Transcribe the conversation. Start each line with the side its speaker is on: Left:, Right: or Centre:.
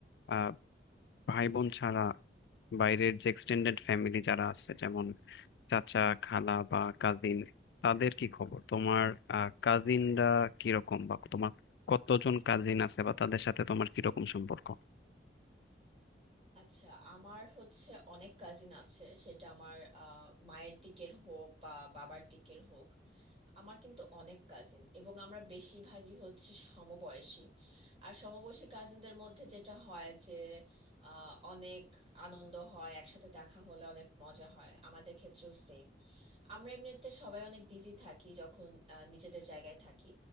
Left: আহ, ভাই বোন ছাড়া বাইরের যে এক্সটেন্ডেড ফ্যামিলি যারা আছে যেমন চাচা খালা বা কাজিন তাদের কি খবর তোমার কাজিনরা কিরকম বা তোমার কতজন কাজিন আছে বা তাদের সাথে তোমার কিরকম সম্পর্ক
Right: আচ্ছা আমার হচ্ছে অনেক কাজিন আছে সেটা আমার আহ, মায়ের দিকের হোক বা বাবার দিকের হোক আমার কিন্তু অনেক কাজিন এবং আমরা বেশিরভাগই হচ্ছে সমবয়সী আর সমবয়সী কাজিনদের মধ্যে যেটা হয় যে আহ, অনেক আনন্দ হয় একসাথে দেখা হলে অনেক মজা হয় আমাদের ক্ষেত্রেও সেম আমরা এমনিতে সবাই অনেক বিজি থাকি যখন আহ, নিজেদের জায়গায় থাকি